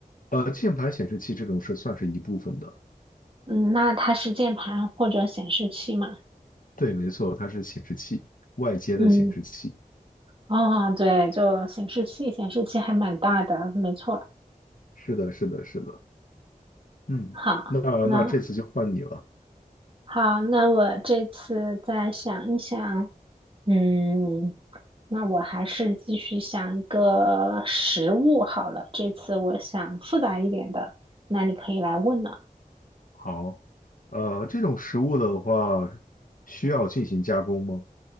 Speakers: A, on the left; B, on the right.
A: 呃，键盘显示器这种是算是一部分的。
B: 嗯，那它是键盘或者显示器吗？
A: 对，没错，它是显示器，外接的显示器。
B: 嗯，哦，对，就显示器，显示器还蛮大的，没错。
A: 是的，是的，是的。嗯，
B: 好，
A: 那那这次就换你了。
B: 那好，那我这次再想一想。嗯，那我还是继续想一个实物好了。这次我想复杂一点的，那你可以来问了。
A: 好，呃，这种食物的话，需要进行加工吗？